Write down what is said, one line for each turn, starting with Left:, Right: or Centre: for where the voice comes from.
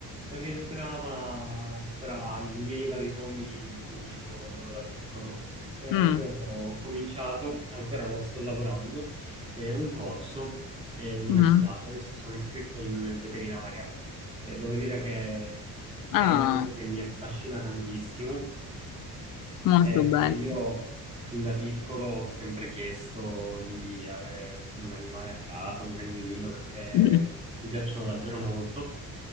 Right: rientrava tra i miei vari sogni, come ti dicevo quando ero da piccolo. Eh,
Left: mm,
Right: ovvero ho cominciato, ancora non sto lavorando, eh, un corso eh, universitario.
Left: mm.
Right: Adesso sono iscritto in veterinaria. Eh, devo dire che è
Left: Ah,
Right: un mondo che mi affascina tantissimo
Left: molto
Right: eh,
Left: bello.
Right: io fin da piccolo ho sempre chiesto di avere un animale a casa, un cagnolino, perché
Left: Mm,
Right: mi piacciono davvero molto.